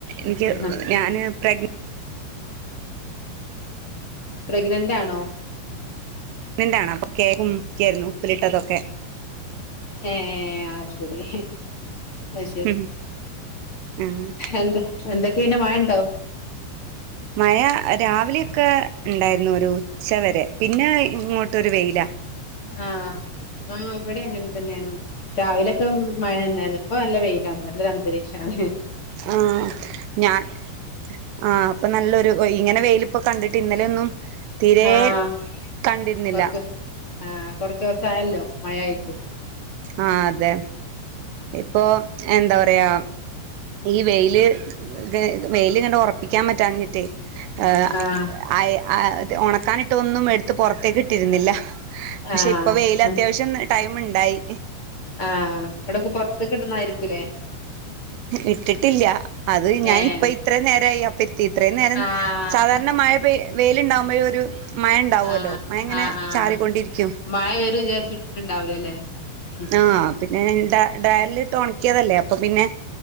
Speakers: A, on the right (about 85°); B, on the left (about 30°).
A: ഇൻക്ക്
B: ആഹാ
A: ഞാന് പ്രഗ്
B: പ്രഗ്നന്റാണോ?
A: നന്റാണപ്പൊ കേക്കും മുക്കായിരുന്നു ഉപ്പിലിട്ടതൊക്കെ
B: ഏ ആ ശരി അ ശരി
A: ഉം ആഹ്
B: എന്ത എന്തൊക്കെണ്ട് മഴണ്ടോ
A: മഴ രാവില്യൊക്കെ ഉൺണ്ടായിരുന്നു ഒരു ഉച്ച വരെ പിന്നെ ഇങ്ങോട്ടൊരു വെയില
B: ആഹ ആ് ഇവിടെ അങ്ങൻ തന്നെയാണ് രാവിലൊക്കെ മഴണ്ടാരുന്നു ഇപ്പൊ നല്ല വെയിലാണ് നല്ലൊരു അന്തരീക്ഷണ്
A: ആ ഞാൻ ആ അപ്പൊ നല്ലൊരു ഇങ്ങനെ വെയില് ഇപ്പൊ കണ്ടിട്ട് ഇന്നലെ ഒന്നും തീരെ
B: ആഹ്
A: കണ്ടിര്ന്നില്ല
B: കൊറച്ച് ആഹ് കൊർച്ചൂസായല്ലോ മഴ ആയിട്ട്
A: ആ അതെ ഇപ്പൊ എന്താ പറയാ ഈ വെയില് ത് വെയിൽ കണ്ട് ഉർപ്പിക്കാൻ പറ്റാഞ്ഞിട്ടേ ഏ
B: ആഹ്
A: ആയ് ആ ഒണക്കാനിട്ടൊന്നും എടുത്ത് പുറത്തേക്ക് ഇട്ടിരുന്നില്ല പക്ഷെ
B: ആഹ്
A: ഇപ്പ വെയിലത്യാവശ്യം ടൈമിണ്ടായി
B: ആഹ് എവിടൊക്കെ പൊർത്തിക്കിട്ടുന്നായിരിക്കൂല്ലേ
A: ഇട്ടിട്ടില്ല അത് ഞാൻ
B: ഏഹ്
A: ഇപ്പ ഇത്രേം നേരായി അപ്പ എത്തി ഇത്രേം നേരം
B: ആഹ്
A: സാധാരണ മഴ പെ വെയിലുണ്ടാമ്പഴെ ഒരു മഴ ഇണ്ടാവൂല്ലോ
B: ആഹ്
A: മഴ ഇങ്ങനെ
B: ആഹ് ആഹ്
A: ചാറികൊണ്ടിരിക്കും
B: മഴ വരും വിചാരിച്ചിട്ടിട്ടുണ്ടാവൂലല്ലേ ഉം
A: ആഹ് പിന്നെ ഡ ഡയൻലിട്ട് ഒണക്ക്യേതല്ലേ അപ്പൊ പിന്നെ